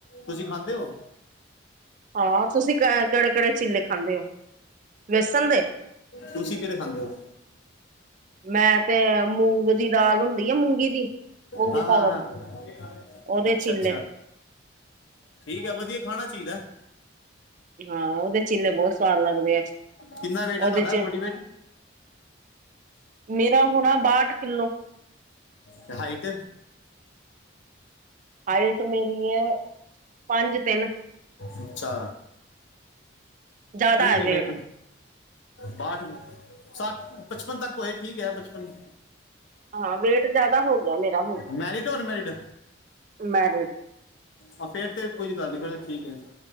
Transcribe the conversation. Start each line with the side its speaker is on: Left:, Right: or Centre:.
Left: ਤੁਸੀਂ ਖਾਂਦੇ ਹੋ
Right: ਹਾਂ ਤੁਸੀਂ ਕਿਹੜੇ ਕਿਹੜੇ ਚੀਲੇ ਖਾਂਦੇ ਹੋ ਵੇਸਣ ਦੇ
Left: ਤੁਸੀਂ ਕਿਹੜੇ ਖਾਂਦੇ ਹੋ
Right: ਮੈਂ ਤੇ ਮੂੰਗ ਦੀ ਦਾ ਦਾਲ ਹੁੰਦੀ ਆ ਮੂੰਗੀ ਦੀ ਮੂੰਗੀ
Left: ਹਾਂ
Right: ਸਾਬਤ
Left: ਹਾਂ ਹਾਂ
Right: ਉਹਦੇ
Left: ਅੱਛਾ
Right: ਚੀਲੇ
Left: ਅੱਛਾ ਠੀਕ ਆ ਵਧੀਆ ਖਾਣਾ ਚਾਹੀਦਾ
Right: ਹਾਂ ਉਹਦੇ ਚੀਲੇ ਬਹੁਤ ਸਵਾਦ ਲੱਗਦੇ ਆ
Left: ਕਿੰਨਾ
Right: ਉਹਦੇ
Left: ਹੈ ਤੁਹਾਡਾ
Right: ਚ
Left: ਬੋਡੀ
Right: ਮੇਰਾ ਹੁਣਾ ਬਾਹਠ ਕਿੱਲੋ
Left: ਤੇ ਹਾਈਟ
Right: ਹਾਈਟ ਮੇਰੀ ਹੈ ਪੰਜ ਤਿੰਨ
Left: ਅੱਛਾ
Right: ਜ਼ਿਆਦਾ
Left: ਠੀਕ
Right: ਵੇਟ
Left: ਹੈ ਫੇ ਬਾਠ ਸੱਤ ਪਚਪਨ ਤੱਕ ਹੋਏ ਠੀਕ ਹੈ ਪਚਪਨ
Right: ਹਾਂ ਵੇਟ ਜ਼ਿਆਦਾ ਹੋ ਗਿਆ ਮੇਰਾ ਹੁਣ
Left: ਮੈਰਿਡ ਨਮੈਰਿਡ
Right: ਮੈਰਿਡ
Left: ਆ ਫੇਰ ਤੇ ਕੋਈ ਗੱਲ ਨੀ ਫਿਰ ਠੀਕ ਹੈ